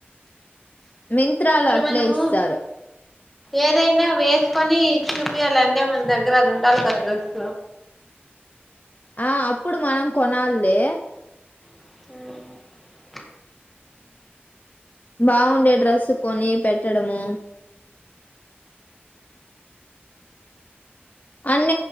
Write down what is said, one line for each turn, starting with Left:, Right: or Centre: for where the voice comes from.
Left: మింత్రాలో అట్లే
Centre: మనము
Left: ఇస్తారు
Centre: ఏదైనా వేసుకొని చూపించాలంటే మన దగ్గర అది ఉండాలి కదా డ్రెస్
Left: ఆ అప్పుడు మనం కొనాలిలే
Centre: ఆ
Left: బాగుండే డ్రస్సు కొని పెట్టడము అన్న